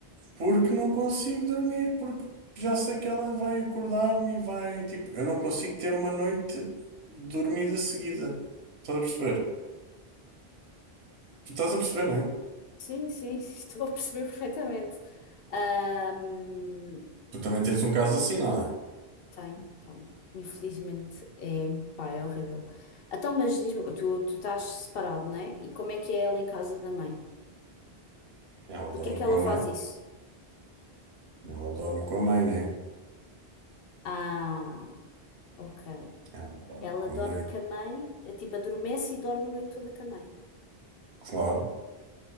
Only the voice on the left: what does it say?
Sim, sim, <laughs> estou a perceber perfeitamente. Ahm,
tem, tem. Infelizmente é, pá, é horrível. Então, mas diz-me, uma coisa, tu, tu estás separado, não é? E como é que é ela em casa da mãe?
Porque
é que
ela
faz isso?
Ah. Ok.
Ela
dorme
com a mãe, eh, tipo, adormece e dorme a noite toda com a mãe.